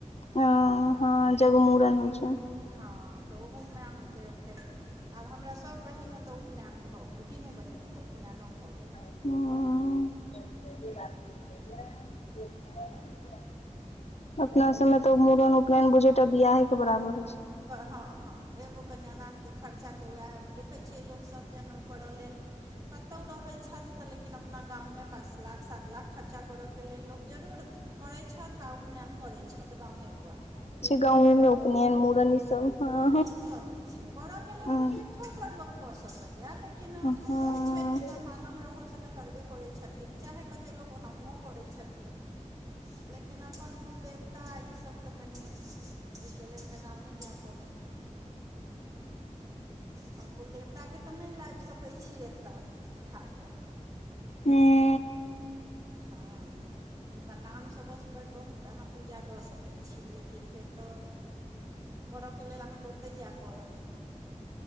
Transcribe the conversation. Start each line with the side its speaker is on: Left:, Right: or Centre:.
Left: हॅं हँ जग मुड़न होइ छै।
Right: हँ तऽ ओहोमे अहाँके फेर आब हमरा सभ बहिन ओतय उपनयन भऽ गेल, तीनू बहीन ओतय उपनयनो भऽ गेल।
Left: अं अपना सब मे तऽ ओ मूड़न उपनयन बुझे टा बियाहे के बराबर होइ छै।
Right: हँ हँ एगो कन्यादानके खर्चा तऽ उएह देखै छियै लोक सब जनऊ करा लेल कतो रहे छैथ, त लेकिन अपना गाम में पांच लाख सात लाख खर्चा करयके लेल लोक जरूर करैत छैथ आ उपनयन करैत छैथ गाँवे पर।
Left: गाँवमे उपनयन मुड़न इ सब हँ
Right: नीक लगै छै, करयके लेल
Left: हँ
Right: तऽ तीर्थोपर लोक कऽ सकैएा लेकिन अं
Left: हँ हँ
Right: होइत छै जेकऽ मानल रहल से तऽ करबे करै छथिन चाहे कतेक लोक ओनाहुओ करै छथिन। लेकिन अपन कुलदेवता ई सब तऽ कनि, ओहिके लेल तऽ गाँवे जाय पड़त। हम कुलदेवताके तऽ नहि लाबि सकै छी एतय, उठा कऽ।
Left: हूं।
Right: हँ। हुनकर नामसँ बस बड़ बहुत अहाँ पूजा दऽ सकै छियै, लेकिन फेर तऽ करके लेल अहाँकेँ ओतहि जाय पड़त।